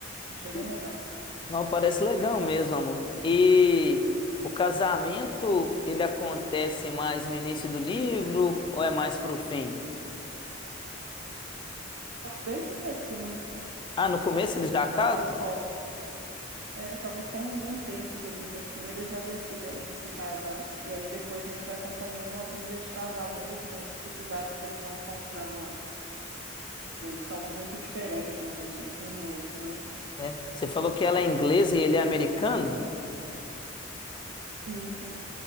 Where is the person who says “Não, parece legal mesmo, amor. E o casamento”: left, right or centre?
Left